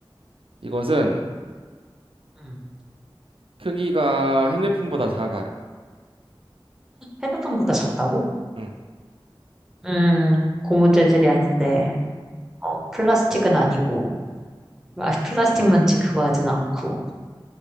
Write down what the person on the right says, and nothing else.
이것은
크기가 핸드폰보다 작아요.
응.